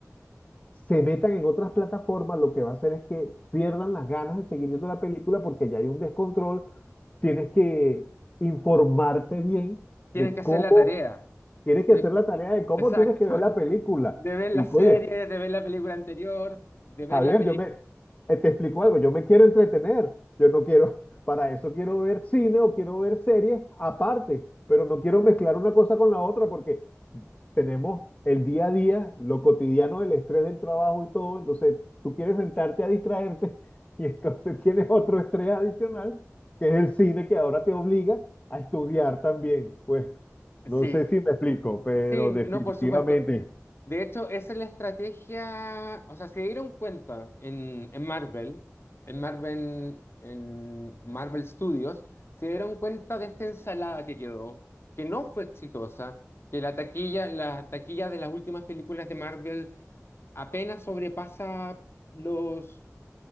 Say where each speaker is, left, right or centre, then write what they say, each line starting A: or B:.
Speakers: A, on the left; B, on the left.
A: se metan en otras plataformas, lo que va a hacer es que pierdan las ganas de seguir viendo la película porque ya hay un descontrol. Tienes que informarte bien
B: Tienes
A: de
B: que hacer
A: cómo,
B: la tarea.
A: tienes que
B: Tienes-
A: hacer la tarea de cómo
B: Exacto.
A: tienes que ver la película.
B: De ver la
A: Y
B: serie,
A: oye,
B: de ver la película anterior, de ver
A: Javier,
B: la película.
A: yo me, eh, te explico algo, yo me quiero entretener, yo no quiero, <laughs> para eso quiero ver cine o quiero ver series aparte, pero no quiero mezclar una cosa con la otra porque tenemos el día a día, lo cotidiano, el estrés del trabajo y todo, entonces tú quieres sentarte a distraerte <laughs> y entonces tienes otro estrés adicional, que es el cine que ahora te obliga a estudiar también, pues
B: Sí.
A: no sé si me explico, pero
B: Sí,
A: definitivamente.
B: no, por supuesto. De hecho, esa es la estrategia, o sea, se dieron cuenta en, en Marvel, en Marvel, en Marvel Studios, se dieron cuenta de esta ensalada que quedó, que no fue exitosa, que la taquilla, la taquilla de las últimas películas de Marvel apenas sobrepasa los